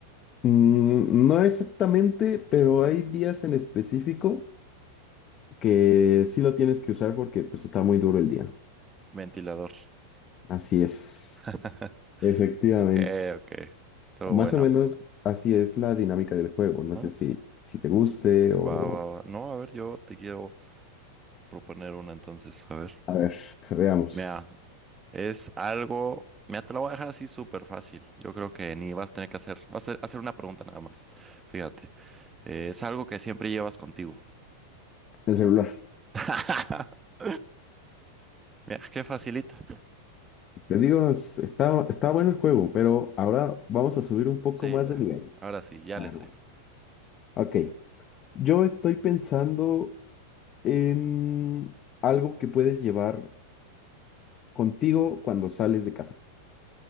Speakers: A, on the left (about 30°); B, on the right (about 20°).
A: Mm, no exactamente, pero hay días en específico que sí lo tienes que usar porque pues está muy duro el día.
B: Ventilador.
A: Así es,
B: <laughs>
A: efectivamente.
B: Ok, ok. Estuvo
A: Más
B: bueno.
A: o menos así es la dinámica del juego. No
B: ¿Ah?
A: sé si, si te guste o...
B: Va, va, va. No, a ver, yo te quiero proponer una entonces. A ver.
A: A ver, veamos.
B: Mira, Es algo, me te lo voy a dejar así súper fácil. Yo creo que ni vas a tener que hacer, vas a hacer, hacer una pregunta nada más. Fíjate, Eh, es algo que siempre llevas contigo.
A: El celular.
B: <laughs> Mira, qué facilita.
A: Te digo, es- está, está bueno el juego, pero ahora vamos a subir un poco
B: Sí,
A: más
B: ya.
A: de nivel.
B: Ahora sí, ya
A: A
B: le
A: ver,
B: sé.
A: va. Ok. Yo estoy pensando en algo que puedes llevar contigo cuando sales de casa.